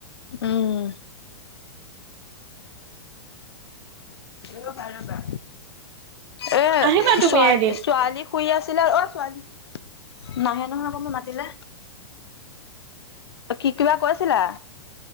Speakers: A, on the left; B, on the right.
A: উম ৰবা ৰবা এ
B: আহিবা তুমি
A: ছোৱালী
B: এদিন
A: ছোৱালী শুই আছিলে অ ছোৱালী নাহে নহয় মই ক মাতিলে কি কিবা কৈছিলা